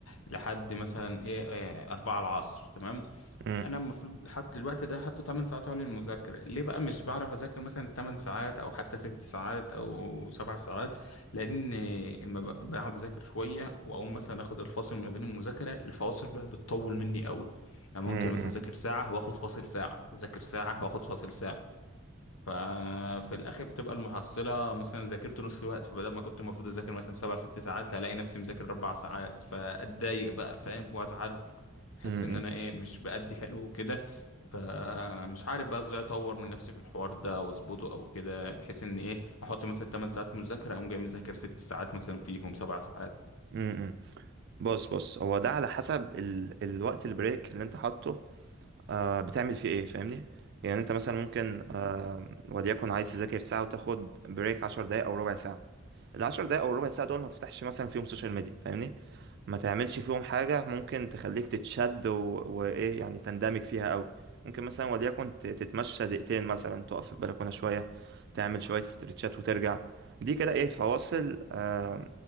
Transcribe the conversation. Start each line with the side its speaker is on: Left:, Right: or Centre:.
Left: لحد مثلا إيه آه، 4 العصر تمام
Right: مم،
Left: انا المفروض حط الوقت ده حطه 8 ساعات هو للمذاكره ليه بقى مش بعرف اذاكر مثلا 8 ساعات او حتى 6 ساعات او 7 ساعات لان اما ب- بقعد اذاكر شويه واقوم مثلا اخد الفاصل ما بين المذاكره الفواصل بقى بتطول مني قوي يعني
Right: مم،
Left: ممكن مثلا
Right: مم،
Left: اذاكر ساعه واخد فاصل ساعه اذاكر ساعه واخد فاصل ساعه ففي الاخر بتبقى المحصله مثلا ذاكرت نص الوقت فبدل ما كنت المفروض اذاكر مثلا سبع ست ساعات لا الاقي نفسي مذاكر اربع ساعات فاتضايق بقى فاهم وازعل احس
Right: مم،
Left: ان انا ايه مش بأدي حلو كده فمش عارف بقى ازاي اطور من نفسي في الحوار ده واظبطه او كده بحيث ان ايه احط مثلا 8 ساعات مذاكره اقوم جاي مذاكر 6 ساعات مثلا فيهم 7 ساعات
Right: مم، مم. بص بص هو ده على حسب ال... الوقت البريك اللي انت حاطه آه بتعمل فيه ايه فاهمني يعني انت مثلا ممكن آه وليكن عايز تذاكر ساعة وتاخد بريك عشر دقايق او ربع ساعة العشر دقايق او ربع ساعة دول ما تفتحش مثلا فيهم سوشيال ميديا فاهمني ما تعملش فيهم حاجة ممكن تخليك تتشد و... وإيه يعني تندمج فيها أوي ممكن مثلا وليكن ت- تتمشى دقيقتين مثلا تقف في البلكونة شوية تعمل شوية استرتشات وترجع دي كده إيه فواصل آه